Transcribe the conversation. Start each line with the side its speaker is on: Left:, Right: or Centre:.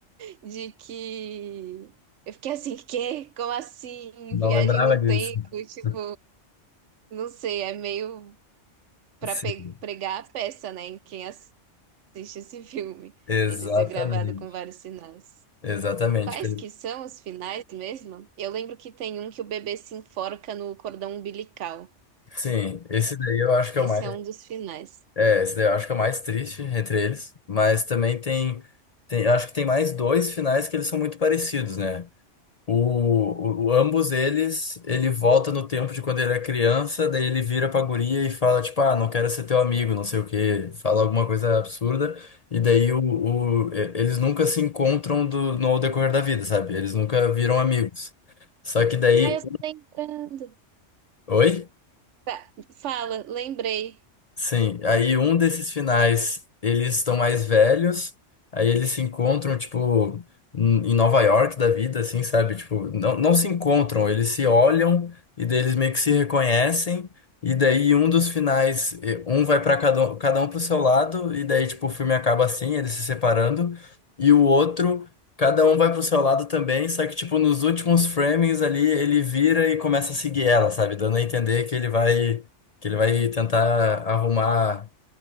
Right: <laughs> de que eu fiquei assim, quê? Como assim?
Left: Não
Right: Viagem
Left: lembrava
Right: no
Left: disso.
Right: tempo, tipo,
Left: <laughs>
Right: não sei, é meio para
Left: Sim,
Right: pregar a peça, né, em quem assiste esse filme,
Left: Exatamente.
Right: ele ser gravado com vários sinais.
Left: Exatamente.
Right: Quais
Left: Pe-
Right: que são os finais mesmo? Eu lembro que tem um que o bebê se enforca no cordão umbilical.
Left: Sim, esse daí eu acho que
Right: Esse
Left: é o mais.
Right: é um dos finais.
Left: É, esse daí eu acho que é o mais triste entre eles. Mas também tem, tem. eu Acho que tem mais dois finais que eles são muito parecidos, né? O, o, o- ambos eles, ele volta no tempo de quando ele era criança, daí ele vira pra guria e fala, tipo, ah, não quero ser teu amigo, não sei o quê. Fala alguma coisa absurda. E daí o, o- e- eles nunca se encontram do, no decorrer da vida, sabe? Eles nunca viram amigos. Só que daí.
Right: Ah, eu tô lembrando.
Left: Oi?
Right: Tá, fala, lembrei.
Left: Sim, aí um desses finais eles estão mais velhos, aí eles se encontram, tipo, em em Nova York da vida, assim, sabe? Tipo, não, não se encontram, eles se olham e daí eles meio que se reconhecem, e daí um dos finais, eh, um vai para cada um, cada um pro seu lado, e daí, tipo, o filme acaba assim, eles se separando, e o outro, cada um vai pro seu lado também, só que, tipo, nos últimos framings ali, ele vira e começa a seguir ela, sabe? Dando a entender que ele vai. Que ele vai tentar arrumar,